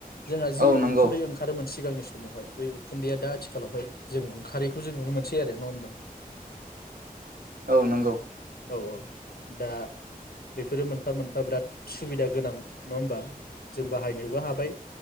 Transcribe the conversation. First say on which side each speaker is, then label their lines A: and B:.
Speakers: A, on the left; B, on the right.
A: जोंहा जि
B: औ नंगौ
A: उखुन्दै ओंखारोन सिगांनि समावहाय बै उखुन्दैया दा आथिखालावहाय जों ओंखारैखौ जों नुनो मोनसै आरो नङा होमबा?
B: औ नंगौ
A: औ औ दा बेफोरो मोनफा मोनफा बिराद। सुबिदा गोनां नङा होमबा जों बाहायनोबो हाबाय।